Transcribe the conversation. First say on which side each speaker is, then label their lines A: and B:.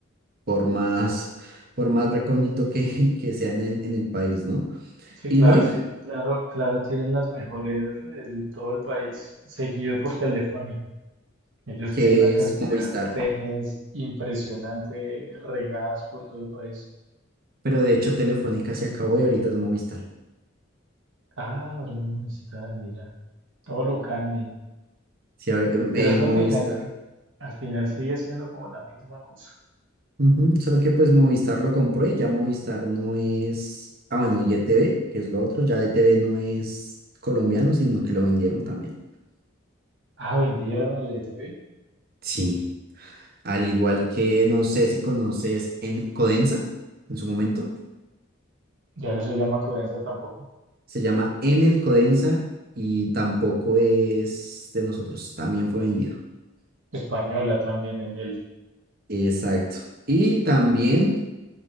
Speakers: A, on the right (about 50°); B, on the right (about 75°).
A: por más, por más recóndito que, <laughs> que sea en el, en el país, ¿no?
B: Sí,
A: Y
B: claro,
A: no hay,
B: es que, claro, claro, tienen las mejores redes de todo el país, seguido por Telefónica. Ellos
A: que
B: tienen una cantidad
A: es Movistar,
B: de antenas impresionante regadas por todo el país.
A: pero de hecho Telefónica se acabó y ahorita es Movistar.
B: Ah, ahora es Movistar, mira. Todo lo cambian.
A: Sí, ahora- em,
B: Pero
A: eh,
B: eso
A: Movistar
B: al final, al final sigue siendo como la misma cosa.
A: Ujú, Solo que pues Movistar lo compró y ya Movistar no es... Ah, bueno, y ETV, que es lo otro, ya ETV no es colombiano, sino que lo vendieron también.
B: Ah, vendieron a la ETV.
A: Sí. Al igual que no sé si conoces en Codensa, en su momento,
B: Ya no se llama Codensa tampoco.
A: se llama Enel Codensa y tampoco es de nosotros, también fue vendido.
B: Española también en él.
A: Exacto. Y también